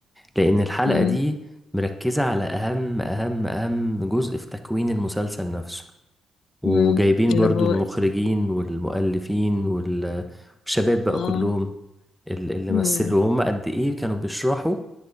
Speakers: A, in the centre; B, on the left.
A: لان الحلقة
B: امم
A: دي مركزة على اهم اهم اهم جزء في تكوين المسلسل نفسه وجايبين
B: امم اللي
A: برضو
B: هو
A: المخرجين والمؤلفين وال- والشباب بقى
B: اه
A: كلهم ال- اللي
B: امم
A: مثلوا هم قد ايه كانوا بيشرحوا